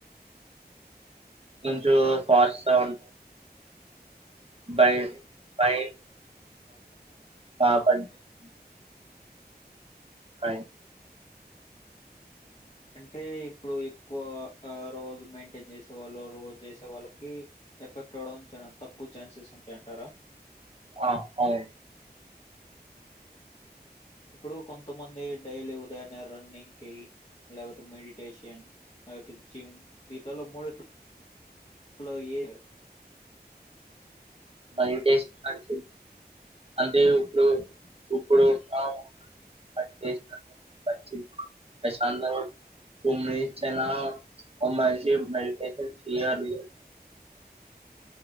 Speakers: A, on the right; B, on the left.
A: కొంచెం <unintelligible> బై బై <unintelligible> ఫైన్
B: అంటే ఇప్పుడు ఎక్కువ ఆ రోజు మెయింటైన్ చేసే వాళ్ళు రోజు చేసే వాళ్ళకి ఎఫెక్ట్ అవ్వడం చానా తక్కువ ఛాన్సెస్ ఉంటాయంటారా
A: ఆ అవు
B: ఇప్పుడు కొంతమంది డైలీ ఉదయాన్నే రన్నింగ్ కి లేకపోతే మెడిటేషన్ లేకపోతే జిమ్ దీట్లలో మూడుట లో లో ఏ
A: పాడిటేషన్ మంచి ది అంటే ఇప్పుడు ఇప్పుడు <unintelligible> మంచిది ప్రశాంతం టూ మినిట్స్ అయినా ఓ మనిషి మెడిటేషన్ చేయాలి